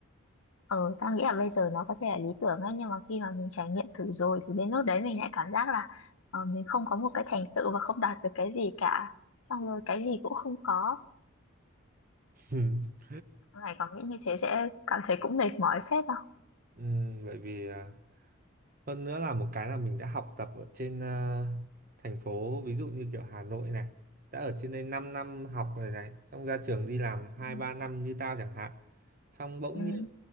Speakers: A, on the left (about 80°); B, on the right (about 40°).
A: ừ, tao nghĩ là bây giờ nó có thể là lý tưởng ấy nhưng mà khi mà mình trải nghiệm thử rồi thì đến lúc đấy mình lại cảm giác là ờ, mình không có một cái thành tựu và không đạt được cái gì cả xong rồi cái gì cũng không có
B: <laughs>
A: Này còn nghĩ như thế sẽ cảm thấy cũng mệt mỏi phết không
B: Ừm, bởi vì à, hơn nữa là một cái là mình đã học tập ở trên ờ, thành phố ví dụ như kiểu Hà Nội này đã ở trên đây 5 năm học rồi này xong ra trường đi làm hai
A: Ừ.
B: ba năm như tao chẳng hạn xong bỗng
A: Ừ.
B: nhiên